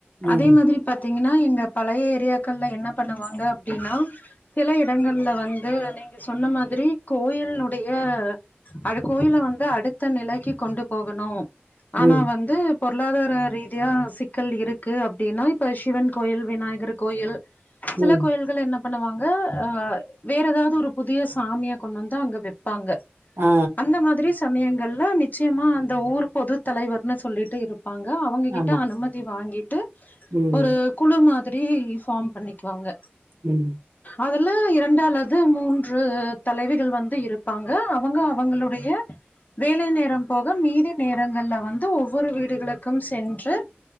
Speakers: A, on the right; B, on the left.
A: ம்
B: அதே மாதிரி பாத்தீங்கன்னா எங்க பழைய ஏரியாக்கள்ல என்ன பண்ணுவாங்க அப்படின்னா சில இடங்கள்ல வந்து நீங்க சொன்ன மாதிரி கோயில்னுடைய அ கோயில வந்து அடுத்த நிலைக்கு கொண்டு போகணு ஆனா
A: ம்
B: வந்து பொருளாதார ரீதியா சிக்கல் இருக்கு அப்படின்னா இப்ப சிவன் கோயில் விநாயகர் கோயில்
A: ம்
B: சில கோயில் கள் என்ன பண்ணுவாங்க அ வேற ஏதாவது ஒரு புதிய சாமிய கொண்டு வந்து அங்க வைப்பாங்க
A: ஆ
B: இந்த மாதிரி சமயங்கள்ல நிச்சயமா அந்த ஊர் பொது தலைவர்னு சொல்லிட்டு இருப் ப்பாங்க அவங்ககிட்ட
A: ஆமா
B: அனுமதி வாங்கிட்டு
A: ம்
B: ஒரு குழு மாதிரி ஃபார்ம் பண்ணிக்குவாங்க
A: ம்
B: அதுல இரண்டு அல்லது மூன்று தலைவிகள் வந்து இருப்பாங்க அவங்க அவங்களுடைய வேலை நேரம் போக மீதி நேரங்கள்ல வந்து ஒவ்வொரு வீடுகளுக்கும் சென்று